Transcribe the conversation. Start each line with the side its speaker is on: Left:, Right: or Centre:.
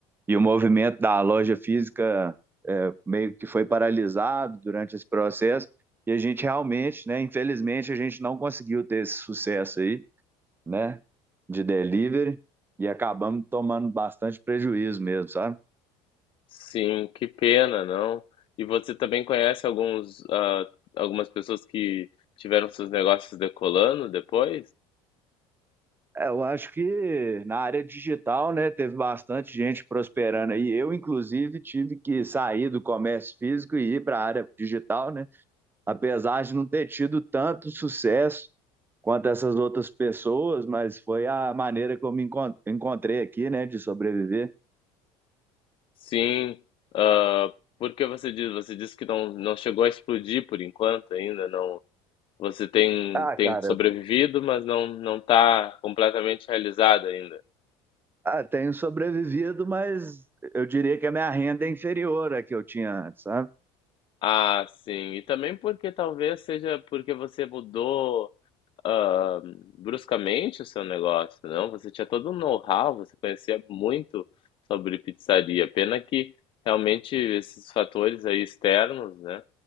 Right: e o movimento da loja física é, meio que foi paralisado durante esse processo e a gente realmente, né, infelizmente, a gente não conseguiu ter esse sucesso aí. né, de delivery e acabamos tomando bastante prejuízo mesmo, sabe?
Left: Sim, que pena, não. E você também conhece alguns, ah, algumas pessoas que tiveram seus negócios decolando depois?
Right: É, eu acho que na área digital, né, teve bastante gente prosperando aí. Eu, inclusive, tive que sair do comércio físico e ir para a área digital, né? Apesar de não ter tido tanto sucesso quanto essas outras pessoas, mas foi a maneira que eu me encon- encontrei aqui, né, de sobreviver.
Left: Sim. ah, por que você diz? Você disse que não, não chegou a explodir por enquanto ainda, não. Você tem,
Right: Ah,
Left: tem
Right: cara,
Left: sobrevivido, mas não não está completamente realizado ainda.
Right: ah, tenho sobrevivido, mas eu diria que a minha renda é inferior à que eu tinha antes, sabe?
Left: Ah, sim. E também porque talvez seja porque você mudou hã, bruscamente o seu negócio, não, você tinha todo um know-how, você conhecia muito sobre pizzaria. Pena que realmente esses fatores aí externos, né,